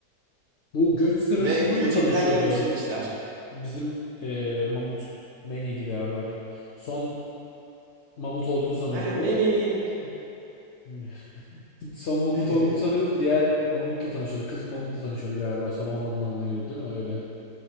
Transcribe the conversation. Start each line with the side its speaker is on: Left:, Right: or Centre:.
Left: Bu göç sırasında
Right: Ve göç
Left: mı tanışıyordu
Right: edilen yer yükselişler.
Left: bizim eee Mamut? Manny'di galiba adı. Son Mamut olduğunu sanıyordu
Right: He, many,
Left: bu.
Right: many.
Left: <laughs> Son Mamut
Right: <laughs>
Left: olduğunu sanıyordu. Diğer Mamut'la tanışıyordu. Kız Mamut'la tanışıyordu galiba. Son olmadığını anlıyordu değil mi? Öyle.